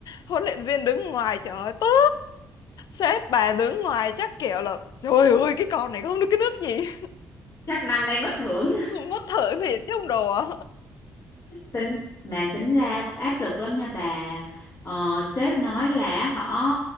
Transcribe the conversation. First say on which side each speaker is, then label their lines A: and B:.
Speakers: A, on the left; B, on the left.
A: huấn luyện viên đứng ngoài trời ơi tức sếp bà đứng ngoài chắc kiểu là trời ơi cái con này không được cái nước gì
B: chắc năm nay bất hưởng
A: <laughs> mất thưởng thiệt chứ không đùa
B: tính mà tính ra cũng áp lực lắm nha bà ờ, sếp nói là họ